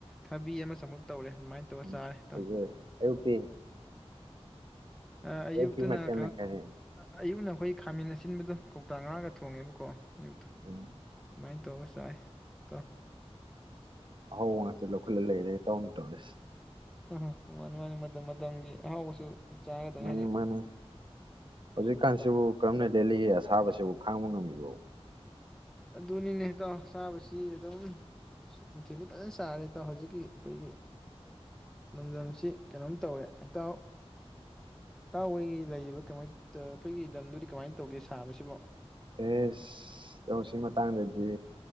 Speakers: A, in the centre; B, on the right.
A: ꯊꯕꯤ ꯑꯃꯥ ꯆꯝꯐꯨꯠ ꯇꯧꯔꯦ ꯑꯗꯨꯃꯥꯏꯅ
B: <unintelligible>
A: ꯇꯧꯔ ꯆꯥꯔꯦ ꯏꯇꯥꯎ
B: ꯑꯌꯨꯛꯇꯤ
A: ꯑꯥ ꯑꯌꯨꯛꯇꯨꯅ
B: ꯑꯌꯨꯛꯀꯤ ꯃꯊꯦꯜꯅ
A: ꯀꯩꯅꯣ
B: ꯀꯔꯤ
A: ꯑꯌꯨꯛꯅꯥ ꯈꯣꯏ ꯈꯥꯃꯦꯟ ꯑꯁꯤꯟꯕꯥꯗꯣ ꯀꯧꯇꯥ ꯉꯥꯒꯥ ꯊꯣꯡꯉꯦꯕꯥꯀꯣ <unintelligible> ꯑꯗꯨꯃꯥꯏ
B: ꯎꯝ
A: ꯇꯧꯔꯒꯥ ꯆꯥꯏ ꯇꯥꯎ
B: ꯑꯍꯥꯎꯕꯥ ꯉꯥꯛꯇꯥ ꯂꯧꯈꯠꯂꯥ ꯂꯩꯔꯦ ꯏꯇꯥꯎꯅ ꯇꯧꯔꯤꯁꯦ
A: <unintelligible> ꯃꯥꯟꯅꯤ ꯃꯥꯟꯅꯤ ꯃꯇꯝ ꯃꯇꯝ ꯒꯤ ꯑꯍꯥꯎꯕꯁꯨ ꯆꯥꯒꯗꯕꯅꯤ
B: ꯃꯥꯟꯅꯤ
A: ꯍꯥꯏꯗꯤ
B: ꯃꯥꯟꯅꯤ ꯍꯧꯖꯤꯛ ꯀꯥꯟꯁꯤꯕꯨ ꯀꯔꯝꯅꯥ ꯂꯦꯜꯂꯤꯒꯦ ꯑꯁꯥꯕꯁꯤꯕꯣ ꯈꯪꯕ ꯉꯝꯃꯤꯕꯣ
A: ꯑꯗꯨꯅꯤꯅꯦ ꯏꯇꯥꯎ ꯆꯕꯁꯤ ꯑꯗꯨꯝ ꯅꯨꯪꯊꯤꯜꯗꯤ ꯐꯖꯅꯥ ꯁꯥꯔꯦ ꯏꯇꯥꯎ ꯍꯧꯖꯤꯛꯀꯤ ꯑꯩꯈꯣꯢꯒꯤ ꯂꯝꯗꯝꯁꯤ ꯀꯩꯅꯣꯝ ꯇꯧꯔꯦ ꯇꯥꯎ ꯏꯇꯥꯎ ꯍꯣꯢ ꯂꯩꯔꯤꯕꯥ ꯀꯥꯃꯥꯏ ꯇꯧ ꯈꯣꯏꯒꯤꯂꯝꯗꯨꯗꯤ ꯀꯃꯥꯏ ꯇꯧꯒꯦ ꯁꯕꯁꯤꯕꯣ
B: ꯑꯦꯁ ꯏꯇꯥꯎ ꯁꯤ ꯃꯇꯥꯥꯡꯗꯗꯤ